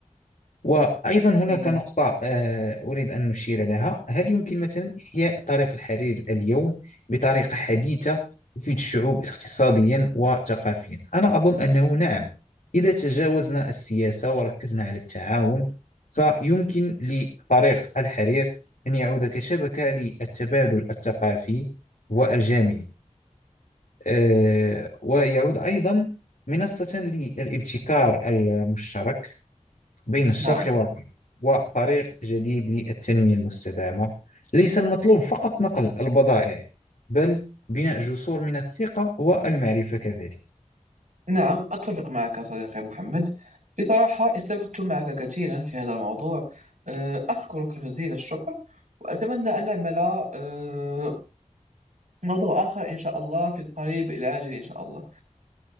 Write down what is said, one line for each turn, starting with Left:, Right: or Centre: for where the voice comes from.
Left: وأيضا هناك
Right: آه،
Left: نقطة آه، أريد أن نشير لها هل يمكن مثلا إحياء طريق الحرير اليوم بطريقة حديثة تفيد الشعوب اقتصاديا وثقافيا أنا أظن أنه نعم إذا تجاوزنا السياسة وركزنا على التعاون فيمكن لطريق الحرير أن يعود كشبكة للتبادل الثقافي والجامعي آه، ويعود أيضا منصة للابتكار المشترك بين الشرق
Right: نعم
Left: والغرب وطريق جديد للتنمية المستدامة ليس المطلوب فقط نقل البضائع بل بناء جسور من الثقة والمعرفة كذلك
Right: نعم أتفق معك صديقي محمد بصراحة استفدت معك كثيرا في هذا الموضوع آه، أشكرك جزيل الشكر وأتمنى أن نعمل آه، موضوع آخر إن شاء الله في القريب الآجل إن شاء الله